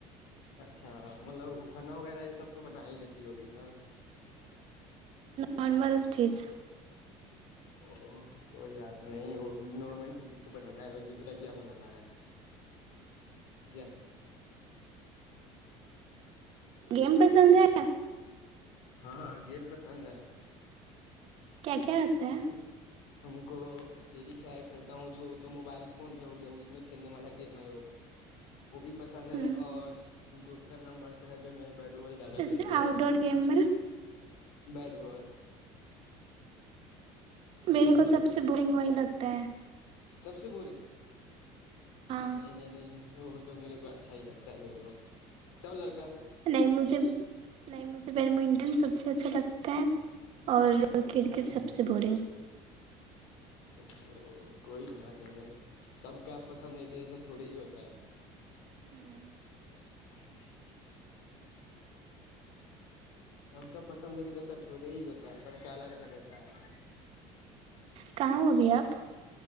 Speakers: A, on the left (about 85°); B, on the right (about 60°).
A: اچھا مطلب کنا وغیرہ یہ سب تو بنا ہی لیتی ہوگی نا
B: نارمل چیز
A: او کوئی بات نہیں چیز تو بنانا ہے اور دوسرے کیا بنانا ہے کیا <inaudible>
B: گیم پسند ہے
A: ہاں گیم پسند ہے ہ
B: کیا کیا آتا ہے
A: تو <unintelligible> ہم تم کو میری خیر کرتا ہوں جو وہ تو موبائل فون میں ہو گیا اس میں کھیلنے والا گیم ہے وہ بھی پسند ہے
B: ہ
A: اور دوسروں نمبر پہ ہےجو میں بیٹ بال زیادہ
B: جیسے
A: کھیلتا
B: اؤٹ
A: ہوں
B: ڈور گیم میں
A: بیٹ بال
B: میرے
A: بیٹ
B: کو سب سے بورنگ وہی لگتا ہے
A: سبسی بورنگ
B: ہاں
A: نہیں نہیں نہیں وہ تو میرے کو اچھا ہی لگتا ہے بیٹ بال سب لڑکی
B: نہیں مجھے نہیں مجھے بیڈمنٹن سب سے اچھا للاگت کہ اور کرکٹ
A: اچھا
B: سب سے بورنگ
A: ا کوئی بات نہیں سب کا پسند ایک جیسا تھوڑے ہی ہوتا ہے
B: ہم
A: ہاں سب کا پسند ہے کہ جیسا ٹھوولے ہی ہوتا ہے سب کا الگ الگ ہوتا ہے
B: کہاں ابھی آپ